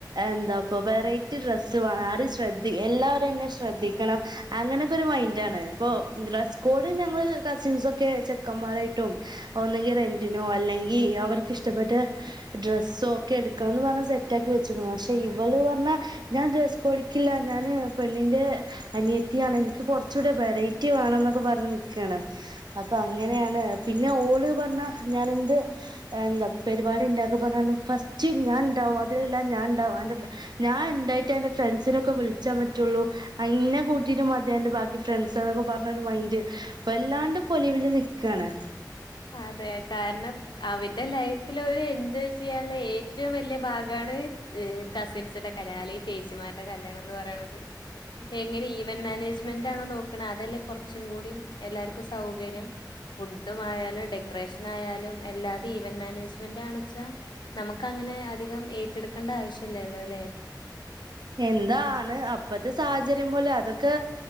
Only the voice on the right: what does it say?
എന്താപ്പ വെറൈറ്റി ഡ്രസ്സ് വേണം ആരും ശ്രദ്ധിക്ക എല്ലാവരും എന്നെ ശ്രദ്ധിക്കണം അങ്ങനെ അവക്കൊരു മൈന്റാണ് ഇപ്പൊ ഡ്രസ്സ് കോഡ് ഞങ്ങൾ കസിൻസൊക്കെ ചെക്കന്മാരായിട്ടും ഒന്നെങ്കിൽ റെന്റിനോ അല്ലെങ്കിൽ അവർക്ക് ഇഷ്ടപ്പെട്ട ഡ്രസ്സോ ഒക്കെ എടുക്കാന്ന് പറഞ്ഞു സെറ്റ ആക്കി വെച്ച്ക്ക്ണു പക്ഷെ ഇവള് പറഞ്ഞാ ഞാൻ ഡ്രസ്സ് കോഡിക്കില്ല ഞാന് പെണ്ണിന്റെ അനിയത്തിയാ ണ് എനിക്ക് കുറച്ചുകൂടെ വെറൈറ്റി വേണംന്നൊക്കെ പറഞ്ഞ് നിക്കാണ് അപ്പൊ അങ്ങനെയാണ് പിന്നെ ഓള് പറഞ്ഞാ ഞാൻ എന്ത് എന്താ പരിപാടി ഉണ്ടാക്കി പറഞ്ഞാലും ഫസ്റ്റ് ഞാൻ ഉണ്ടാവും അതിലെല്ലാം ഞാൻ ഉണ്ടാവും ഞാൻ ഉണ്ടായിട്ട് എന്റെ ഫ്രണ്ട്സിനൊക്കെ വിളിച്ചാൻ പറ്റുള്ളൂ എന്നെ കൂട്ടീട്ട് മതി അന്റെ ബാക്കി ഫ്രണ്ട്സ്ന്നൊക്കെ പറഞ്ഞൊരു മൈന്റ് അപ്പല്ലാണ്ട് പൊലിവില് നിക്കാണ്
എന്താണ് അപ്പത്തെ സാഹചര്യം പോലെ അതൊക്കെ